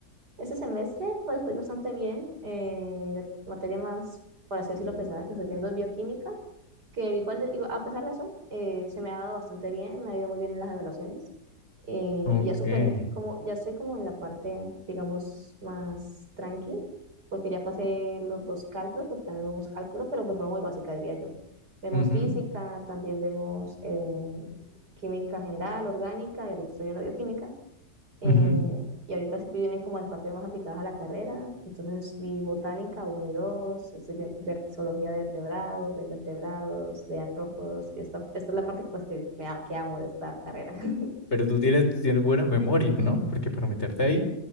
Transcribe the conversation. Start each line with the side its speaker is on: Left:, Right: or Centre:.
Right: Este semestre, pues voy bastante bien. Eh, la materia más, por así decirlo, pesada que estoy viendo es bioquímica, que igual, de- igual- a pesar de eso, eh, se me ha dado bastante bien, me ha ido muy bien en las evaluaciones. eh,
Left: Ok.
Right: y ya superé, como, ya estoy como en la parte, digamos, más tranqui, porque ya pasé los dos cálculos, porque también vemos cálculo, pero de forma muy básica, diría yo. Vemos
Left: Ujú,
Right: física, también vemos eh, química general, orgánica, y ahorita estoy viendo bioquímica. Eh,
Left: ujú.
Right: y ahorita sí que vienen como las partes más aplicadas a la carrera. Entonces vi botánica 1 y dos estoy vi- ver- zoología de vertebrados, de invertebrados, de artrópodos. y Esta, esta es la parte pues, que, me, a- que amo de esta carrera. <laughs>
Left: Pero tú tienes, tú tienes buena memoria, ¿no? Porque para meterte ahí...